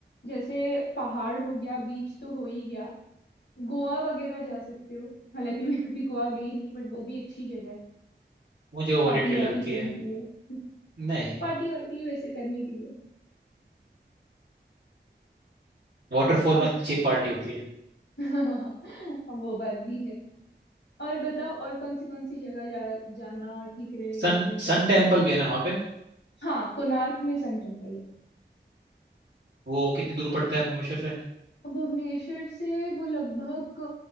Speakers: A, on the left; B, on the right.
A: जैसे पहाड़ हो गया बीच तो हो ही गया गोवा वगैरह जा सकते हो हालांकि मैं कभी गोवा गई नहीं बट वो भी अच्छी जगह है
B: मुझे ओवररेटेड
A: पार्टी वार्टी
B: लगती
A: करने
B: है
A: के लिए <laughs>
B: नहीं
A: पार्टी वार्टी वैसे करने के लिए
B: वाटरफॉल
A: और
B: में अच्छी पार्टी होती है
A: <laughs> वो बात भी है और बताओ और कौन सी कौन सी जगह जा, जाना ठीक रहेगा
B: सन
A: या जा
B: सन
A: सकते
B: टेम्पल
A: हैं?
B: भी है ना वहाँ पे
A: हाँ कोणार्क में सन टेम्पल है
B: वो कितनी दूर पड़ता है भुवनेश्वर से
A: भुवनेश्वर से वो लगभग